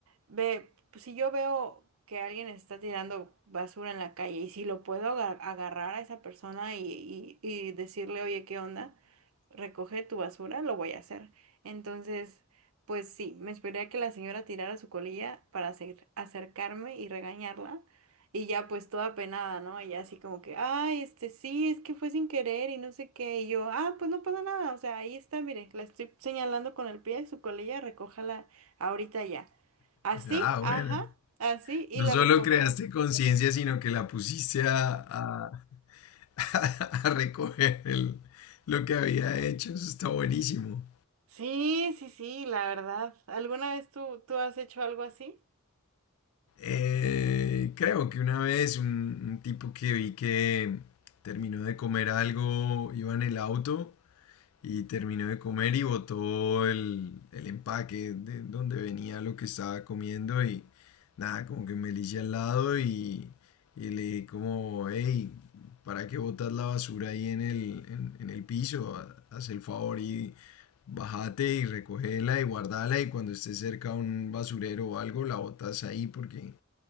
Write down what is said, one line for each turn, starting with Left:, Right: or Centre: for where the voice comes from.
Right: ve, pues, si yo veo que alguien está tirando basura en la calle y si lo puedo aga- agarrar a esa persona y, y y decirle, oye, ¿qué onda? Recoge tu basura, lo voy a hacer. Entonces... Pues sí, me esperé a que la señora tirara su colilla para acer- acercarme y regañarla. Y ya pues toda penada, ¿no? Ella así como que, ay, este sí, es que fue sin querer y no sé qué. Y yo, ah, pues no pasa nada. O sea, ahí está, mire, la estoy señalando con el pie, su colilla, recójala ahorita ya. Así,
Left: Ah,
Right: ajá,
Left: bueno.
Right: así, y
Left: No
Right: la
Left: solo
Right: recogió.
Left: creaste conciencia, sino que la pusiste a, a- <laughs> a recoger el- lo que había hecho. Eso está buenísimo.
Right: Sí, sí, sí, la verdad. ¿Alguna vez tú, tú has hecho algo así?
Left: Eh, creo que una vez un, un tipo que vi que terminó de comer algo, iba en el auto y terminó de comer y botó el, el empaque de donde venía lo que estaba comiendo y nada, como que me elige al lado y, y le dije como, hey, ¿para qué botas la basura ahí en el, en, en el piso? Haz el favor y bájate y recógela y guardala y cuando estés cerca a un basurero o algo la botas ahí porque